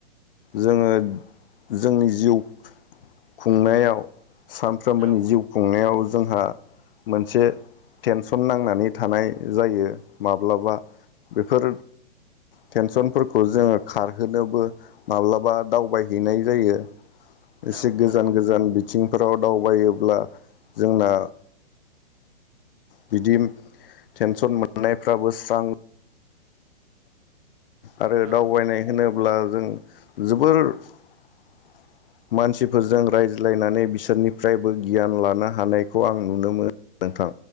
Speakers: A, on the left (about 60°); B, on the right (about 35°).
A: जोङो जोंनि जिउ खुंनायाव सानफ्रोमबोनि
B: औ
A: जिउ खुंनायाव जोंहा मोनसे टेनसन नांनानै थानाय जायो माब्लाबा बेफोर टेनसनफोरखौ जोङो खारहोनोबो माब्लाबा दावबायहैनाय जायो। एसे
B: औ
A: गोजान
B: नंगौ
A: गोजान बिथिं फोराव दावबायोब्ला जोंना बिदि टेनसन मोननायफ्राबो स्रां आरो दावबायनाय
B: औ
A: होनोब्ला जों ज <unintelligible> मानसिफोरजों रायज्लायनानै बिसोरनिफ्रायबो गियान लानो हानायखौ आं नुनो मोनो नोंथां